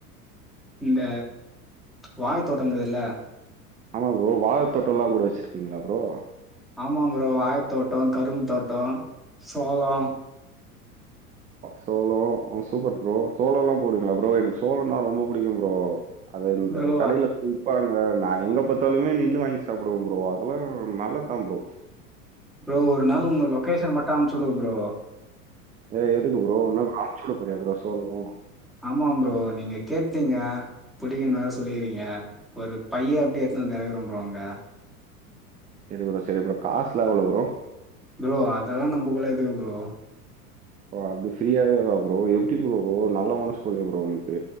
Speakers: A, in the centre; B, on the right.
A: இந்த வாழ தோட்டங்குதுல்ல
B: ஆமா ஃப்ரோ வாழ தோட்டல்லா கூட வச்சுருக்கீங்களா ஃப்ரோ
A: ஆமா ஃப்ரோ வாழ தோட்டோ கரும்பு தோட்டோ சோளொ <unintelligible>
B: சோளோ அவன் சூப்பர் ஃப்ரோ சோளோல்லா போடுவீங்களா ஃப்ரோ எனக்கு சோளன்னா ரொம்ப புடிக்கும் ஃப்ரோ அது இந்த
A: ப்ரோ
B: கடையில கூ பாருங்க நா எங்க பாத்தாலுமே நின்னு வாங்கி சாப்புடுவே ஃப்ரோ அதெல்லா நல்லது தா ஃப்ரோ
A: ப்ரோ ஒரு நாள் உங்க லொகேஷன் மட்டும் அமிச்சுடுங் ப்ரோ
B: ஏ எதுக்கு ப்ரோ என்ன ப்ரோ ஆமிச்சுடறா ப்ரோ சோறும்
A: ஆமா ப்ரோ நீங்க கேட்டீங்க புடிக்கும்ன்னு வேற சொல்லிகிறீங்க ஒரு பையே அப்டியே ஏத்துவந்து ஏறக்குற ப்ரோ அங்க
B: சரி ப்ரோ சரி ப்ரோ காசுல எவ்ளோ ப்ரோ
A: ப்ரோ அதெல்லாம் நம்மக்குள்ள எதுக்கு ப்ரோ
B: ஓ அப்படி ஃப்ரீயாவேவா ப்ரோ எப்படி ப்ரோ நல்லா மனசு போல ப்ரோ உனக்கு